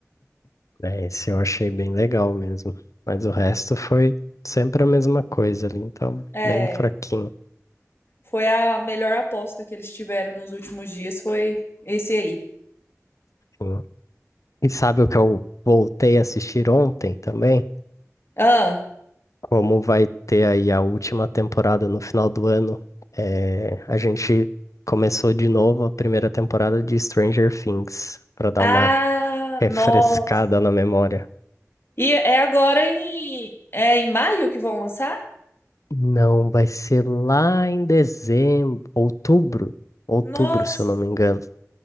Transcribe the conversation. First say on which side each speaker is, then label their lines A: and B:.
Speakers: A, on the left (about 75°); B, on the left (about 50°).
A: é, esse eu achei bem legal mesmo. Mas o resto foi sempre a mesma coisa ali, então,
B: É.
A: bem fraquinho.
B: Foi a melhor aposta que eles tiveram nos últimos dias, foi esse aí.
A: assim. E sabe o que eu voltei a assistir ontem também?
B: Ah,
A: Como vai ter aí a última temporada no final do ano, é, a gente começou de novo a primeira temporada de Stranger Things, para dar
B: ah,
A: uma refrescada
B: nossa.
A: na memória.
B: E é agora em, é em maio que vão lançar?
A: Não, vai ser lá em dezembro, outubro, outubro,
B: Nossa.
A: se eu não me engano.